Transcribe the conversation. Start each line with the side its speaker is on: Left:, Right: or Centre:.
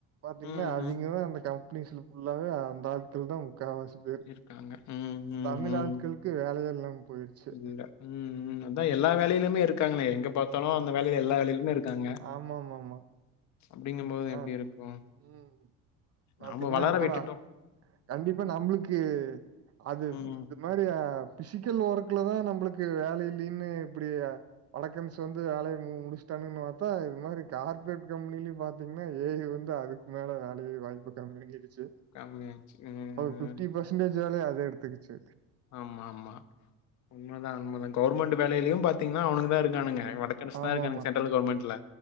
Right: பாத்தீங்கன்னா
Left: ம் ம்
Right: அவிங்கதா
Left: ம்.
Right: அந்த கம்பெனிஸ்ல ஃபுல்லாவே அந்த ஆட்கள் தா முக்காவாசி பேரு
Left: இருக்காங்க ம் ம்
Right: தமிழ்
Left: ம்
Right: ஆட்களுக்கு வேலயே இல்லாம போயிருச்சு
Left: இல்ல ம் ம் அதா எல்லா வேலைலயுமே இருக்காங்கலே எங்க பாத்தாலு அந்த வேலைல எல்லா வேலேலயுமே இருக்காங்க
Right: ஆமாமாமா.
Left: அப்டிங்கம் போது
Right: ஏன்னா
Left: எப்டி இருக்கு
Right: ம். பாத்தீங்கன்னா,
Left: நாம வளர
Right: அப்புறம்
Left: விட்டுட்டோ
Right: கண்டிப்பா நம்மளுக்கு அது இது
Left: ம்
Right: இது மாரியா பிசிக்கல் ஒர்க்குலதா நம்மளுக்கு வேல இல்லின்னு இப்டி வடக்கன்ஸ் வந்து வேலய முடுஸ்டாங்கன் பாத்தா இது மாரி கார்ப்ரேட் கம்பெனிலயு பாத்தீங்கன்னா ஏ ஐ வந்து அதுக் மேல வேலை வாய்ப்பு கம்மியாயிருச்சு
Left: கம்மியாச்சு ம்,
Right: ஒரு ஃபிப்டி பஸ் சன்டேஜ் வேலய அது எடுத்துகிச்சு
Left: ஆமா ஆமா உண்மதா உண்மதா கவுர்மண்ட் வேலேலயு பாத்தீங்கன்னா அவனுங்கதா இருக்கானுங்க வடக்கன்ஸ்
Right: ஆமாமா,
Left: தா இருக்கானுங்க சென்ட்ரல் கவர்மண்ட்ல